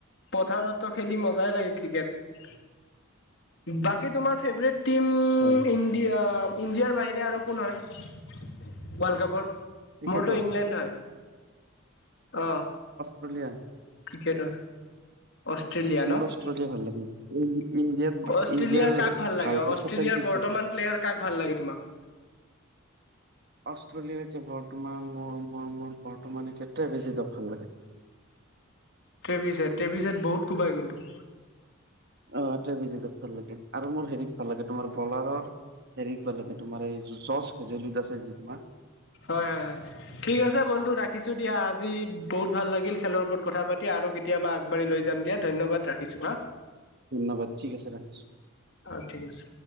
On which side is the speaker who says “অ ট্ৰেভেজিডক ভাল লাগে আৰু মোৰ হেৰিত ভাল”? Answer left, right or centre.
Right